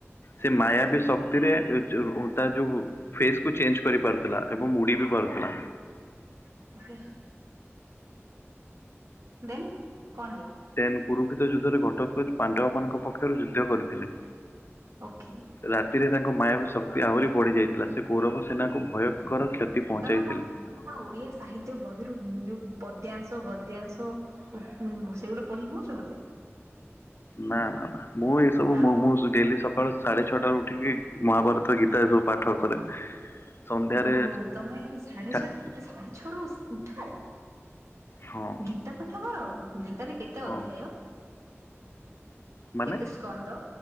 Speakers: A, on the left (about 55°); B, on the right (about 80°).
A: ସେ
B: ଓକେ
A: ମାୟା ବି ଶକ୍ତିରେ ଏ ଯୋଉ ତା ଯୋଉ ଫେସ୍ କୁ ଚେଞ୍ଜ କରି ପାରୁଥିଲା ଏବଂ ଉଡି ବି ପାରୁଥିଲା।
B: <unintelligible> ଦେନ୍ କଣ ହେଲା।
A: ତେନ୍ କୁରୁକ୍ଷତ ଯୁଦ୍ଧରେ ଘଟୋତ୍କଜ ପାଣ୍ଡବ ମାନଙ୍କ ପକ୍ଷରୁ ଯୁଦ୍ଧ କରିଥିଲେ।
B: ଓଖେ।
A: ରାତିରେ ତାଙ୍କ ମାୟାବି ଶକ୍ତି ଆହୁରି ବଢି ଯାଇଥିଲା ସେ କୌରବ ସେନାକୁ ଭୟଙ୍କର କ୍ଷତି ପହଞ୍ଚାଇଥିଲେ।
B: ତମେ କଣ ତମେ କଣ ଓଡିଆ ସାହିତ୍ୟ ବହିରୁ ଯୋଉ ପଦ୍ୟାଂଶ ଗଦ୍ୟାଂଶ ଉଁ ଉଁ ସେଉରା ପଢିକି କହୁଛ ମତେ
A: ନା ନା ନା ମୁଁ ଏସବୁ
B: ଆଉ
A: ମୁଁ ମୁଁ ଡେଲି ସକାଳୁ ସାଢେ ଛଅଟାରୁ ଉଠିକି ମହାଭାରତ ପାଠ ଗୀତା ଏ ଯୋଉ ପାଠ କରେ ସନ୍ଧ୍ୟାରେ
B: ଓହୋ ତମେ ସାଢେ
A: ଠାକୁ
B: ଚାର ସାଢେ ଛଅରୁ ଉ ଉଠ
A: ହଁ
B: ଗୀତା ପାଠ କର ଗୀତାରେ କେ କେତେ
A: ହଁ
B: ଅଧ୍ୟାୟ?
A: ମାନେ
B: କେତେ ସ୍କନ୍ଦ